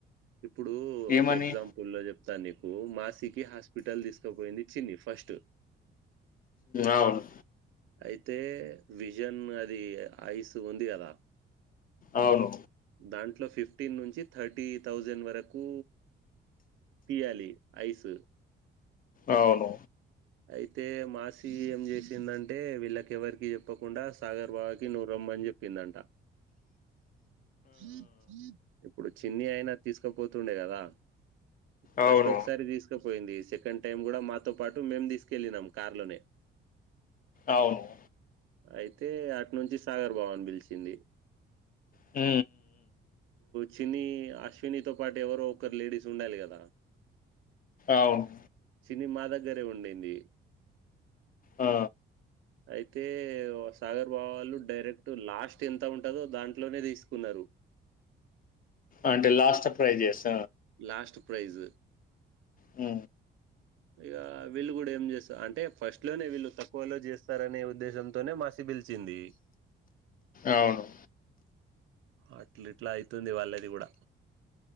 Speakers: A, on the right; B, on the left.
A: ఇప్పుడు ఒక
B: ఏమని
A: ఎగ్జాంపుల్ లో చెప్తాను నీకు మాసి తికి హాస్పిటల్ తీసుకుపోయింది చిన్ని ఫస్టు
B: అవును
A: అయితే విజన్ అది ఐస్ ఉంది కదా
B: అవును
A: దాంట్లో ఫిఫ్టీన్ నుంచి థర్టీ థౌజండ్ వరకు తీయాలి ఐస్
B: అవును
A: అయితే మాసి ఏం చేసిందంటే వీళ్ళకి ఎవరికి చెప్పకుండా సాగర్ బావకి నువ్ రమ్మని చెప్పిందంట జ ఇప్పుడు చిన్ని అయినా తీసుకుపోతుండే కదా ఫస్ట్
B: అవును
A: ఒకసారి తీసుకపోయింది సెకండ్ టైమ్ కూడా మాతో పాటు అటు మేం తీసుకెళ్ళినం కార్ లోనే
B: అవును
A: అయితే అటి నుంచి సాగర్ బాబ అన్ పిలిచింది
B: హ
A: చిన అశ్వినితోో పాటు ఎవరో ఒకరు లేడీస్ ఉండాలి కదా
B: అవును
A: ఇ మా దగరే ఉండైంది
B: ఆ
A: అయితే సాగర్ బాబా వాళ్ళు డైరెక్ట్ లాస్ట్ ఎంత ఉంటందో దాంట్లోనే తీసుకున్నారు
B: అంటే లాస్ట్ ప్రైజెస్
A: లాస్ట్ ప్రైజ్
B: హ
A: ఇక వీళ్ళు కూడా ఏం చేస్తారు అంటే ఫస్ట్ లోనే వీళ్ళు తక్కువలో చేస్తారనే ఉద్దేశంతోనే మసి పిలిచింది
B: అవును
A: అట్లు ఇట్లా అయితుంది వాళ్ళది కూడా